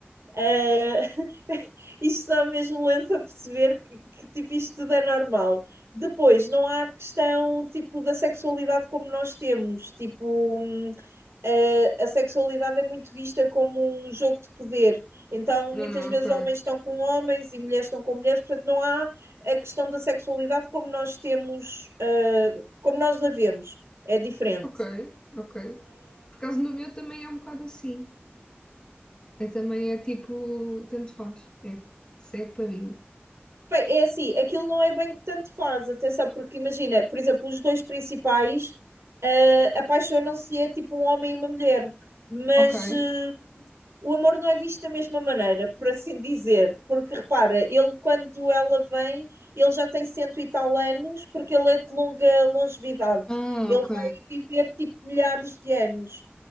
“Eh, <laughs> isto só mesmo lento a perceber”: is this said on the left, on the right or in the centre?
Right